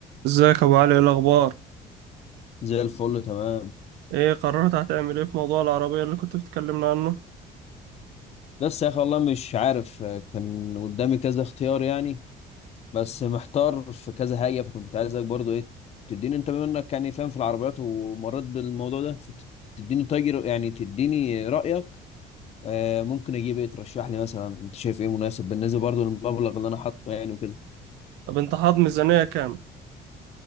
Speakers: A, on the right; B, on the left.
A: ازيك يا ابو علي ايه الاخبار
B: زي الفل تمام
A: ايه قررت هتعمل ايه في موضوع العربيه اللي كنت بتكلمنا عنه
B: بس يا اخي والله مش عارف آه، كان قدامي كذا اختيار يعني بس محتار في كذا حاجه فكنت عايزك برضو ايه تديني انت بما انك يعني فاهم في العربيات ومريت بالموضوع ده فت- تديني تاجر يعني تديني رايك آه ممكن اجيب ايه ترشح لي مثلا انت شايف ايه مناسب بالنسبه برضو للمبلغ اللي انا حاطه يعني وكده
A: طب انت حاط ميزانيه كام